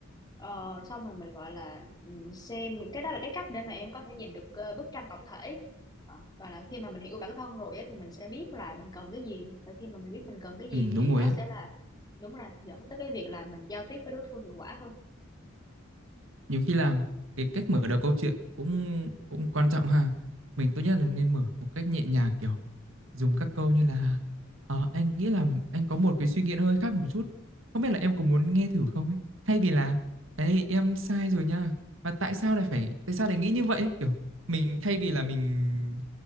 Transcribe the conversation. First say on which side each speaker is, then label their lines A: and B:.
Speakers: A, on the left; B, on the right.
A: Ờ, xong rồi mình gọi là ừm, xem cái đó là cái cách để mà em có thể nhìn được ờ, bức tranh tổng thể Ờ, và là khi mà mình hiểu bản thân rồi á, thì mình sẽ biết là mình cần cái gì và khi mà mình biết mình cần cái gì
B: ừ
A: thì
B: đúng rồi
A: đó
B: ấy.
A: sẽ là đúng rồi dẫn tới cái việc là mình giao tiếp với đối phương hiệu quả hơn
B: Nhiều khi là cái cách mở đầu câu chuyện cũng cũng quan trọng ha. Mình tốt nhất là nên mở một cách nhẹ nhàng kiểu dùng các câu như là "Ờ, anh nghĩ là anh có một cái suy nghĩ nó hơi khác một chút không biết là em có muốn nghe thử không ấy thay vì là ấy em sai rồi nha và tại sao lại phải tại sao lại nghĩ như vậy ấy? kiểu mình thay vì là mình